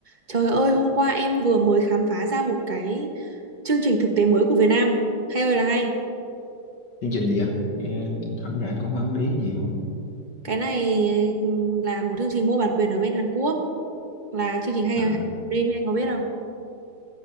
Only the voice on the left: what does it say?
chương trình gì á nghe thẩm ra anh cũng không để ý nhiều á
à,